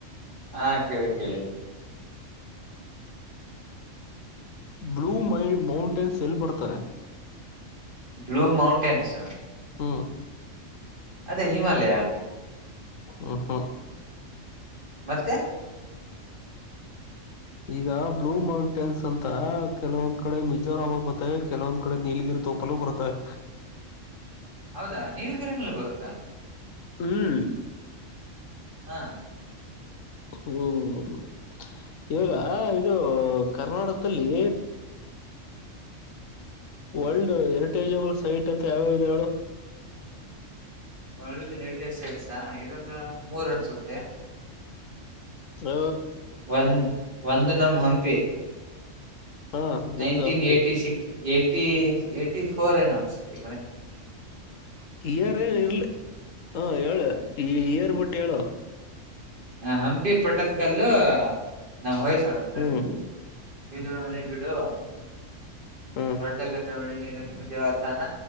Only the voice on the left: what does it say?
ಬ್ಲೂ ಮೈ ಮೌಂಟೆನ್ಸ್ ಎಲ್ಲಿ ಬರ್ತಾರೆ
ಹಾಂ
ಹ ಹಾ
ಈಗ ಬ್ಲೂ ಮೌಂಟೇನ್ಸ್ ಅಂತ ಕೆಲವೊಂದ್ ಕಡೆ ಮಿಜೋರಾಮ್ ಆಗ್ಬತ್ತೆ ಕೆಲವೊಂದ್ ಕಡೆ ನೀಲಗಿರಿ ತೋಪಲು ಬರ್ತವೆ
ಹ್ಮ್
ಹ್ಮ್ ಈವಾಗ ಇದು ಕರ್ನಾಟಕದಲ್ಲಿ ವರ್ಲ್ಡ್ ಹೆರಿಟೇಜಬಲ್ ಸೈಟ್ ಅಂತ ಯಾವ್ಯವು ಇದೆ ಹೇಳು
ಹ
ಹಾ ನಿಮ್ದು
Hampi
ಇಯರ್ ಏನು ಇರ್ಲಿ ಹ ಹೇಳು ಈ ಇಯರ್ ಬಿಟ್ಟು ಹೇಳು
ಹ್ಮ್
ಹ್ಮ್